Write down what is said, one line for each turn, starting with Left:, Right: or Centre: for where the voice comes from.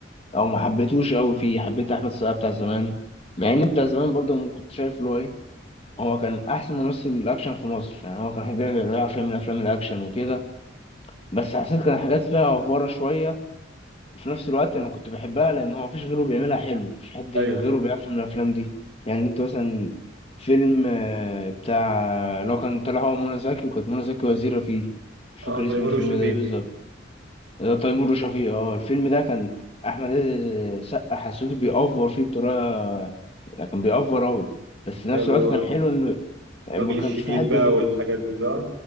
Left: او ما حبيتهوش قوي فيه حبيت احمد السقا بتاع زمان مع ان بتاع زمان برضه انا كنت شايف له ايه هو كان احسن ممثل اكشن في مصر يعني هو كان بيعمل بيعمل فيلم من افلام الاكشن وكده بس حسيت كان حاجات فيها افواره شويه في نفس الوقت انا كنت بحبها لان هو مفيش غيره بيعملها حلو مفيش حد
Right: أيوه
Left: غيره بيعرف يعمل الافلام دي يعني انت مثلا فيلم آه، بتاع لو كان طلع هو منى زكي وكانت منى زكي وزيره فيه مش
Right: أه
Left: فاكر
Right: تيمور
Left: اسم الفيلم
Right: وشفيق
Left: ده إيه بالظبط تيمور وشفيقة اه الفيلم ده كان احمد عز سقا حسيته بيأفور فيه بطريقه كان بيأفور اوي بس في نفس
Right: أيوه اللي
Left: الوقت
Right: هو
Left: كان حلو انه ما
Right: الراجل الشديد
Left: كانش في حد
Right: بقى
Left: غير
Right: والحاجات دي صح؟